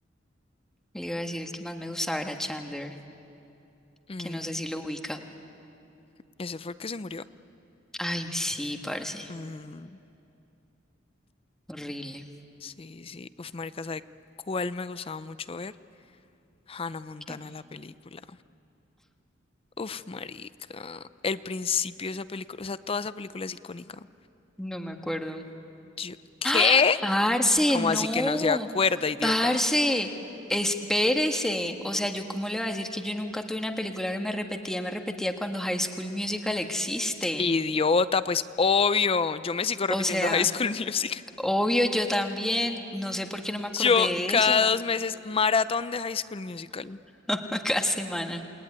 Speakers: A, in the centre; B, on the left (about 30°).
A: Le iba a decir el que más me gustaba era Chandler,
B: Mm,
A: que no sé si lo ubica.
B: ¿ese fue el que se murió?
A: Ay, sí, parce,
B: Mm,
A: horrible.
B: sí, sí. Uf, marica, ¿sabe cuál me gustaba mucho ver? Hannah Montana,
A: ¿Qué?
B: la película. Uf, marica, el principio de esa película, o sea, toda esa película es icónica.
A: No me acuerdo.
B: Yo, ¿qué?
A: ¡Ah! Parce,
B: ¿Cómo
A: no,
B: así que no se acuerda, idiota?
A: parce, espérese. O sea, yo cómo le voy a decir que yo nunca tuve una película que me repetía, me repetía cuando High School Musical existe.
B: Idiota, pues obvio. Yo me sigo repitiendo
A: O sea,
B: <laughs> High School Musical.
A: obvio, yo también, no sé por qué no me acordé
B: <laughs> Yo
A: de
B: cada
A: eso
B: dos meses maratón de High School Musical.
A: <laughs> cada semana.